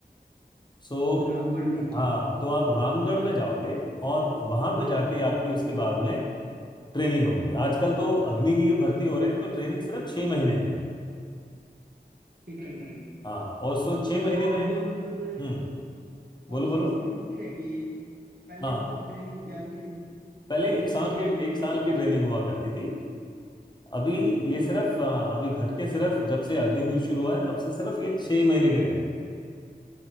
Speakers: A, on the left (about 25°); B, on the right (about 65°).
A: सो
B: रामगढ़ में है।
A: हाँ तो आप रामगढ़ में जाओगे और वहां पे जाके आपकी उसके बाद में ट्रेनिंग होगी आजकल तो अग्निवीर भर्ती हो रहे हैं तो ट्रेनिंग सिर्फ छह महीने की
B: ठीक है अंकल जी
A: हाँ और सो छह
B: अच्छा
A: महीने
B: जो
A: में
B: अब मतलब
A: हम्म बोलो
B: अब
A: बोलो
B: सिक्स मंथ की रह गई है ये। पहले
A: हाँ
B: मतलब ट्रेनिंग क्या कितनी
A: पहले
B: कितने
A: एक साल
B: मंथ
A: की
B: की होती
A: एक
B: थी
A: साल की ट्रेनिंग हुआ करती थी अभी
B: ठीक
A: ये सिर्फ
B: है
A: अ, अभी घट के सिर्फ जब से अग्निवीर शुरू हुआ है तब से सिर्फ ये छह महीने की रह गई है